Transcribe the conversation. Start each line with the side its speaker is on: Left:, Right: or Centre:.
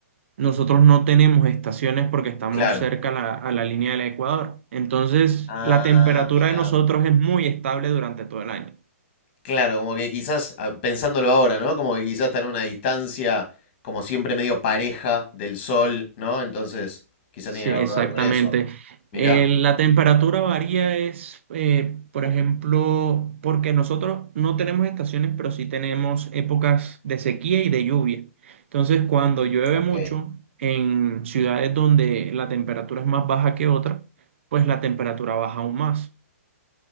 Right: nosotros no tenemos estaciones porque estamos
Left: claro.
Right: cerca a la, a la línea del Ecuador. Entonces,
Left: Ah,
Right: la temperatura
Left: mirá.
Right: de nosotros es muy estable durante todo el año.
Left: Claro, como que quizás, ah, pensándolo ahora, ¿no? Como que quizás está en una distancia, como siempre, medio pareja del sol, ¿no? Entonces, quizás
Right: Sí,
Left: tiene algo
Right: exactamente.
Left: que ver con eso. Mirá,
Right: Eh, la temperatura varía es, eh, por ejemplo, porque nosotros no tenemos estaciones, pero sí tenemos épocas de sequía y de lluvia. Entonces, cuando llueve
Left: ok,
Right: mucho en ciudades donde la temperatura es más baja que otra, pues la temperatura baja aún más.